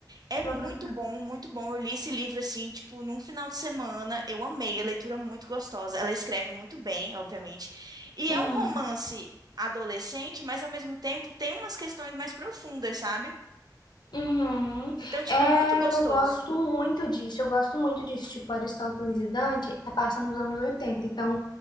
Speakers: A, on the right; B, on the left.
A: É
B: Vou
A: muito
B: procurar.
A: bom, muito bom. Eu li esse livro assim, tipo, num final de semana. Eu amei, a leitura é muito gostosa. Ela escreve muito bem, obviamente. E
B: Uhum.
A: é um romance adolescente, mas ao mesmo tempo tem umas questões mais profundas, sabe?
B: Uhum.
A: Então, tipo,
B: É,
A: é muito gostoso.
B: eu gosto muito disso, eu gosto muito disso. Tipo, Aristóteles e Dante tá passando nos anos 80, então